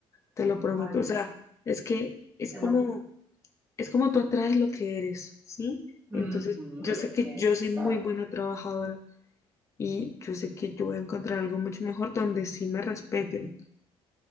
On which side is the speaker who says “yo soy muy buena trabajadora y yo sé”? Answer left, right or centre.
Left